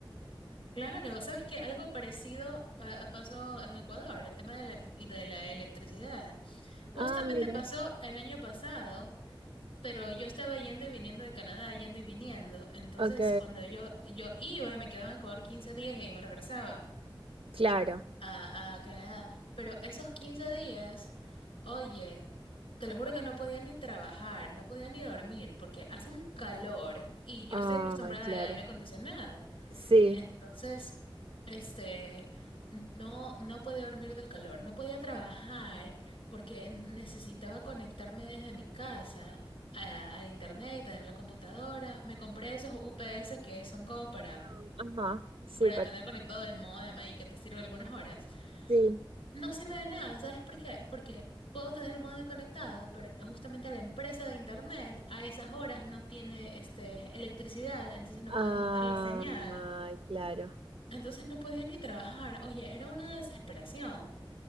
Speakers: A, on the left (about 80°); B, on the right (about 85°).
A: Claro, sabes que algo parecido pa- pasó en Ecuador, el tema de la, de la electricidad. Justamente
B: Ah, mira.
A: pasó el año pasado, pero yo estaba yendo y viniendo de Canadá, yendo y viniendo. Entonces,
B: Ok,
A: cuando yo, yo iba y me quedaba en Ecuador 15 días y me regresaba
B: claro.
A: a, a Canadá, pero esos 15 días, oye, te lo juro que no podía ni trabajar, no podía ni dormir, porque hace un calor y yo
B: Ah,
A: estoy acostumbrada
B: claro.
A: al aire acondicionado.
B: Sí.
A: Entonces, este, no, no podía dormir del calor, no podía trabajar porque necesitaba conectarme desde mi casa a- al internet y tener la computadora. Me compré esos UPS que son como para, mm,
B: Ajá, sí,
A: para
B: para...
A: tener conectado el módem ahí que te sirve algunas horas.
B: Sí.
A: No sirve de nada, ¿sabes por qué? Porque puedo tener el módem conectado, pero justamente la empresa de internet a esas horas no tiene este, electricidad, entonces no
B: Ah,
A: pueden mandar la señal.
B: ay, claro.
A: Entonces no podía ni trabajar. Oye, era una desesperación